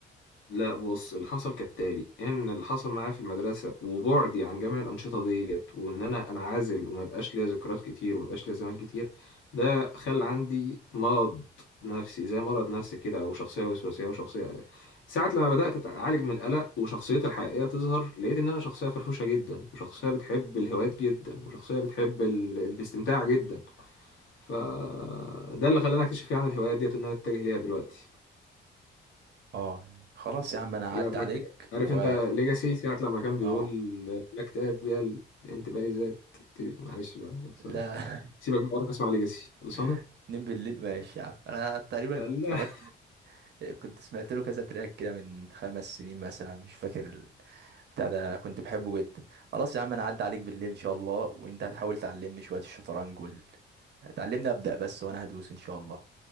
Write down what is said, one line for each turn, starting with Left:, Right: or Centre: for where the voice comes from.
Left: لا بص اللي حصل كالتالي ان اللي حصل معايا في المدرسه وبعدي عن جميع الانشطه ديت وان انا انعزل وما يبقاش ليا ذكريات كتير وما يبقاش ليا زمايل كتير ده خلى عندي مرض نفسي زي مرض نفسي كده او شخصيه وسواسيه وشخصيه قلق ساعه لما بدات اتعالج من القلق وشخصيتي الحقيقيه تظهر لقيت ان انا شخصيه فرفوشه جدا وشخصيه بتحب الهوايات جدا وشخصيه بتحب ال... الاستمتاع جدا فده اللي خلاني اكتشف يعني الهوايات ديت وان انا اتجه ليها دلوقتي
Right: اه خلاص يا عم انا
Left: لما
Right: هعدي عليك
Left: ك- عارف
Right: و
Left: انت ليجاسي ساعة لما كان بيقول
Right: اه
Left: انك تلاقي بيها الانتباهي ذات معلش بقى خلصانة
Right: لا
Left: سيبك بقى اروح اسمع ليجاسي خلصانة
Right: <laughs> نم بالليل ماشي يا عم انا تقريبا
Left: يلا
Right: اتفرجت كنت سمعت له كذا تراك كده من خمس سنين مثلا مش فاكر ال- بتاع ده كنت بحبه جدا خلاص يا عم انا هعدي عليك بالليل ان شاء الله وانت هتحاول تعلمني شوية الشطرنج وال... تعلمني ابدأ بس وانا هدوس ان شاء الله